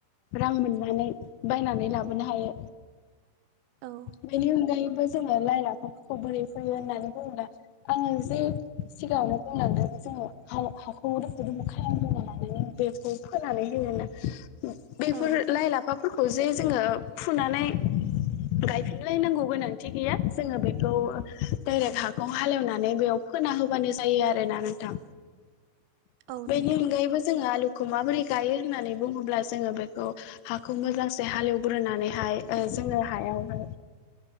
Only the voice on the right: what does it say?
औ
औ
औ
नोंथां